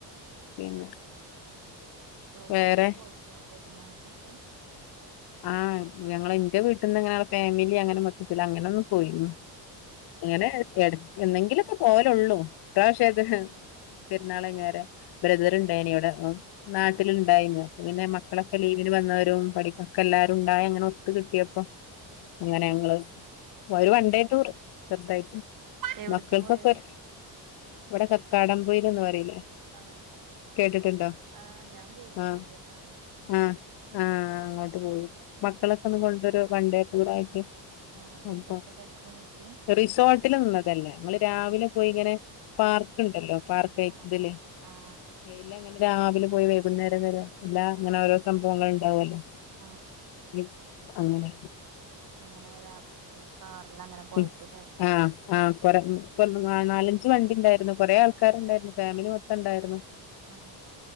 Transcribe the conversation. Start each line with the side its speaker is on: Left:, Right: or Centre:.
Left: പിന്നെ
Right: റ്റൂറൊക്കെ
Left: വേറെ
Right: പോയിനോ പെരുന്നാക്കൊക്കെ
Left: ആഹ് ഞങ്ങള് ന്റെ വീട്ട്ന്ന് ങ്ങനെയുള്ള ഫാമിലി അങ്ങനെ മൊത്തത്തില് അങ്ങനൊന്നും പോയിന്നു അങ്ങനെ എടക്ക് എന്നെങ്കിലൊക്കെ പോവലൊള്ളൂ ഇപ്രാവശ്യ അത് പെരുന്നാൾങ്ങരെ ബ്രദർണ്ടായിനിവ്ടെ ഓൻ നാട്ടില്ണ്ടായിന്ന് പ്പൊ പിന്നെ മക്കളൊക്കെ ലീവിന് വന്നവരും പഠിക്ക ക്കെല്ലാരും ഉണ്ടായി അങ്ങനെ ഒത്ത് കിട്ടിയപ്പോ അങ്ങനെ ഞങ്ങള് ഒരു വൺണ്ടേ ടൂർ ചെറുതായിട്ട്
Right: എവിടക്കാ
Left: മക്കൾക്കൊക്കെ
Right: പോയത്
Left: ഇവിടെ കക്കാടംപൊയിലന്ന് പറയില്ലേ
Right: ആഹ്
Left: കേട്ടിട്ടുണ്ടോ
Right: ആഹ് ഞാൻ പോയിനി
Left: ആഹ്
Right: അങ്ങട്ട് നാലീസം മുമ്പ്
Left: ആഹ് ആഹ് ആഹ് അങ്ങോട്ട് ഉം മക്കളൊക്കെ ഒന്ന് കൊണ്ടരോ വൺ ഡേ റ്റൂറായിറ്റ്
Right: ആഹ് റിസോർട്ടൊക്കെ
Left: അപ്പൊ
Right: എടുത്ത് നിക്കേ
Left: റിസോർട്ടില് നിന്നതല്ല ങ്ങള് രാവിലെ പോയി ഇങ്ങനെ പാർക്ക്
Right: ആഹ്
Left: ഇണ്ടല്ലോ പാർക്ക് <unintelligible>
Right: ആഹ് ആഹ്
Left: തില്
Right: ആഹ്
Left: അയിലങ്ങനെ രാവിലെ പോയി വൈകുന്നേരം വരെ എല്ല ങ്ങനെ ഓരോ സംഭവങ്ങള്ണ്ടാവൊല്ലോ
Right: ആഹ്
Left: <unintelligible> അങ്ങനെ
Right: അങ്ങനെ രാവിലെ പോയി കാറിലങ്ങനെ പോയേക്കും
Left: ഉം
Right: ലേ
Left: ആഹ് ആഹ് <unintelligible> നാലഞ്ച് വണ്ടി ണ്ടായിരുന്നു കൊറേ ആൾക്കാരുണ്ടായിരുന്നു ഫാമിലി മൊത്തം ണ്ടായിരുന്നു
Right: ആഹ്